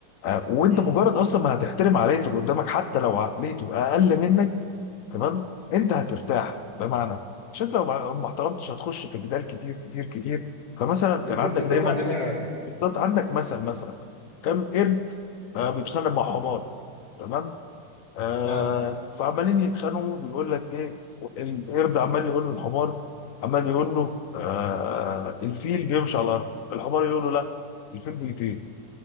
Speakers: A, on the left (about 80°); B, on the left (about 55°).
A: آه، وانت
B: مم.
A: مجرد اصلا ما هتحترم عقليه اللي قدامك حتى لو عقليته اقل منك تمام انت هترتاح بمعنى عشان لو ما ما احترمتش هتخش في جدال كتير كتير كتير فمثلا كان
B: بالظبط
A: عندك دايما
B: توجع دماغك
A: بالظبط عندك مثل مثلا كان قرد آه، بيتخانق مع حمار تمام آه
B: اه
A: فعمالين يتخانقوا بيقول لك ايه القرد عمال يقول للحمار عمال يقول له آه الفيل بيمشي على الارض الحمار يقول له لا الفيل بيطير